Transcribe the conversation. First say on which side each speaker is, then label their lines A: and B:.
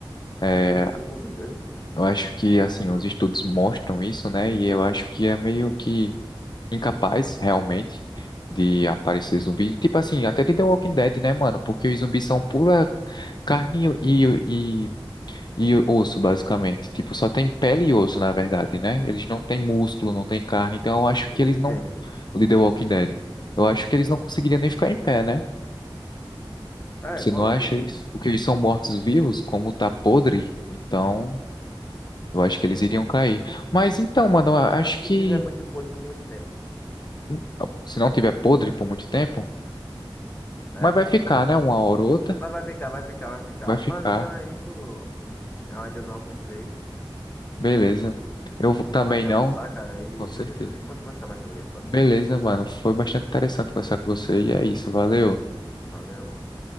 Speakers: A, on the left (about 50°); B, on the left (about 20°).
A: É,
B: Sim, sim, com certeza.
A: Eu acho que, assim, os estudos mostram isso, né? E eu acho que é meio que incapaz, realmente, de aparecer zumbi. Tipo assim, até de The Walking Dead, né, mano? Porque os zumbis são pura carne e, e, e osso, basicamente. Tipo, só tem pele e osso, na verdade, né? Eles não têm músculo, não têm carne. Então eu acho
B: O
A: que eles
B: de
A: não...
B: quem?
A: O de The Walking Dead. Eu acho que eles não conseguiriam nem ficar em pé, né?
B: É,
A: Você
B: pode
A: não acha
B: ser.
A: isso? Porque eles são mortos-vivos, como tá podre, então... Eu acho que eles iriam cair. Mas então, mano, eu acho
B: Mas se
A: que
B: não tiver muito podre por muito tempo.
A: hum, se não tiver podre por muito tempo,
B: É.
A: mas vai ficar, né? Uma hora ou outra,
B: Mas vai ficar, vai ficar, vai ficar.
A: vai ficar.
B: Mano, então é isso. Eu ainda não almocei.
A: Beleza. Eu vou- também
B: Vou aqui
A: não,
B: almoçar, cara, e
A: com certeza.
B: depois a gente pode conversar mais sobre isso, pode
A: Beleza,
B: ser?
A: mano. Foi bastante interessante conversar com você e é isso. Valeu.
B: Valeu, mano.